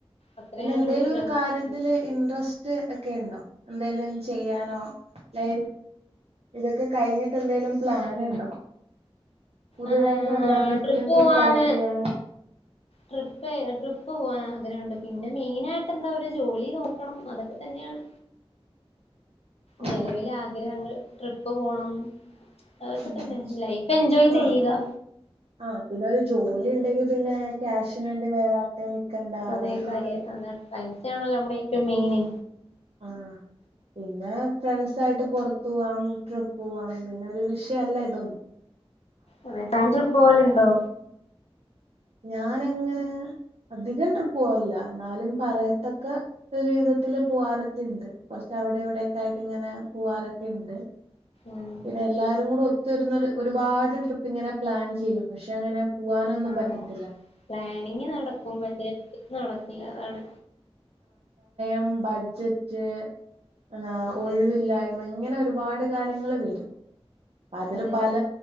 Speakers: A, on the left (about 75°); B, on the right (about 80°).
A: അത്രയും
B: പിന്നെ
A: അടിപൊളി
B: എന്തെലും
A: ഫ്രണ്ട്സ്
B: ഒരു കാര്യത്തില്
A: ഒക്കെ ഉണ്ട്
B: ഇൻട്രസ്റ്റ് ക്കെ ഉണ്ടോ എന്തെലും ചെയ്യാനോ ലൈ ഇതൊക്കെ കഴിഞ്ഞിട്ട് എന്തെലും പ്ലാൻ ഇണ്ടോ? പുതിയതായിട്ട്
A: ആഹ്
B: വല്ല ബിസിനസ്സ്
A: ട്രിപ്പ് പോവാൻ
B: സ്റ്റാർട്ട് ചെയ്യാനോ
A: ട്രിപ്പ് ട്രിപ്പ് പോവാൻ ആഗ്രഹണ്ട് പിന്നെ മെയിൻ ആയിട്ട് എന്താ ഒരു ജോലി നോക്കണം അതൊക്കെ തന്നെയാണ്.
B: ഓ
A: നിലവിലെ ആഗ്രഹങ്ങൾ. ട്രിപ്പ് പോണം. അതൊക്കെ
B: ഉം
A: തന്നെ
B: ഉം
A: ലൈഫ് എൻജോയ് ചെയ്യുക.
B: ആഹ് ആഹ് പിന്നെ ഒരു ജോലി ഉണ്ടെങ്കിൽ പിന്നെ ക്യാഷിന് വേണ്ടി വേറെ നിക്കണ്ട അത്
A: അതെ
B: നമുക്ക്
A: സയൻ അതാണ് പൈസയാണല്ലോ നമ്മുടെ ഏറ്റവും മീന്
B: ആ പിന്നെ ഫ്രണ്ട്സായിട്ട് പൊറ്ത്ത് പോവാം ട്രിപ്പ് പോവാം പിന്നെ ഒരു വിഷയല്ല ഇതൊന്ന്
A: അതെ താൻ ട്രിപ്പ്‌ പോവല്ണ്ടോ
B: ഞാനങ്ങനെ അധികം ട്രിപ്പ് പോവലില്ല എന്നാലും പറയത്തക്ക ഒരു വിധത്തില് പോവാറൊക്കെണ്ട് കൊർച്ച് അവിടെ ഇവടൊക്കെ ആയിട്ട് ഇങ്ങനെ പോവാറൊക്കെണ്ട്
A: ഉം
B: പിന്നെ എല്ലാരും കൂടെ ഒ ത്തിരുന്നൊരു ഒരുപാട് ട്രിപ്പ് ഇങ്ങനെ പ്ലാൻ ചെയ്യും പക്ഷെ അങ്ങനെ പൂവാനൊന്നും
A: ആഹ്
B: പറ്റത്തി
A: പ്ലാനിങ് നടക്കും പക്ഷെ <unintelligible> അതാണ്
B: ഉം ബഡ്ജറ്റ് ആ
A: അതെ
B: ഒഴിവ്ല്ലായ്മ ഇങ്ങനെ പാട് കാര്യങ്ങള് വരും അതില്
A: അതെ
B: പല